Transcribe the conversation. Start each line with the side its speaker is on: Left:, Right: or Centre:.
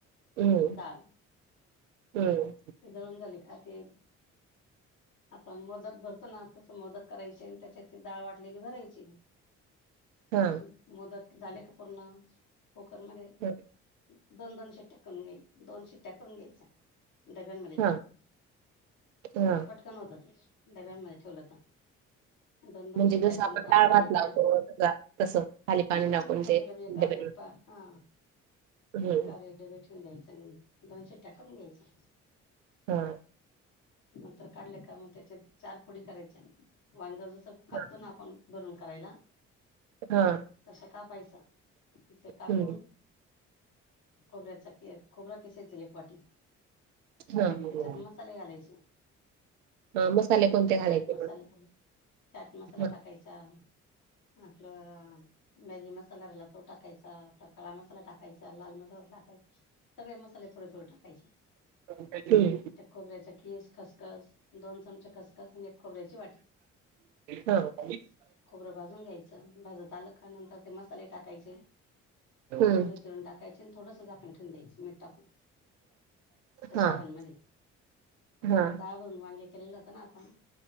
Right: हम्म
Left: डाळ
Right: हं,
Left: ते दळून झाले का ते आपण मोदक भरतो ना तसं मोदक करायचे आणि त्याच्यात डाळ वाटलेली भरायची
Right: हां,
Left: मोदक झाले का पूर्ण कूकर मध्ये
Right: हं,
Left: दोन दोन शिट्ट्या करून घ्याच्या दोन शिट्या करून घ्यायच्या डब्यांमध्ये
Right: हां,
Left: ठेवून
Right: हां.
Left: म्हणजे पट पटकन होतं ते डब्यांमध्ये ठेवलं हो तर दोन दोन
Right: म्हणजे
Left: शिट्या
Right: जसं
Left: करून
Right: आपण
Left: काढून
Right: डाळ भात
Left: घ्यायच्या
Right: लावतो तसा तसं खाली पाणी
Left: हा
Right: टाकून
Left: कुकरचे
Right: ते
Left: डबी
Right: डब्याला
Left: कारपा हा
Right: हं,
Left: एकावर एक डबे ठेऊन द्यायचे आणि दोन शिट्या करून द्यायच्या
Right: हां
Left: नंतर काढले का मग त्याच्यात चार फोडी करायच्या वांगं कापतो
Right: हां,
Left: ना आपण भरून करायला
Right: हां,
Left: तसं कापायचं तिथे कापून
Right: हं,
Left: खोबऱ्याचा किस खोबरा खिसायचं एक वाटी
Right: हां.
Left: त्याच्यात मग मसाले घालायचे
Right: हां, मसाले
Left: थोडासा
Right: कोणते घालायचे
Left: चाट मसाला
Right: मग?
Left: चाट मसाला
Right: हं,
Left: टाकायचा आपलं मॅगी मसाला तो टाकायचा आपला खडा मसाला टाकायचा लाल मसाला टाका सगळे मसाले थोडे थोडे टाकायचे
Right: हमम
Left: त्या खोबऱ्याचा कीस खसखस दोन चमचा खसखस आणि एक खोबऱ्याची वाटी
Right: हो
Left: खोबरं भाजून घ्यायचं भाजत आलं का नंतर ते मसाले टाकायचे
Right: हं,
Left: कोथंबिर चिरून टाकायची आणि थोडंसं झाकण ठेवूण द्यायाचं मीठ टाकून त्या सारांमध्ये
Right: हां,
Left: म्हणजे
Right: हां,
Left: डाळ भरून वांगे केलेले राहत ना आपण